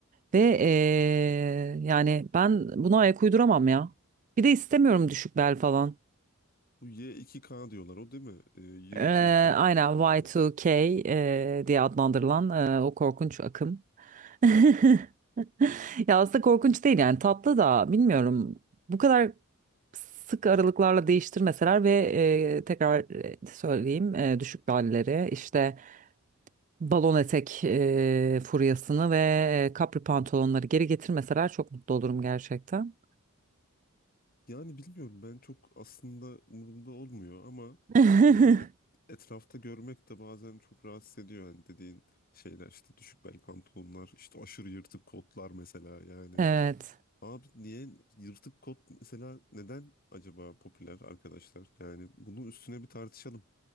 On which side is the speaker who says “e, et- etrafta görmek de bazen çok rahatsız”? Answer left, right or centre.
Left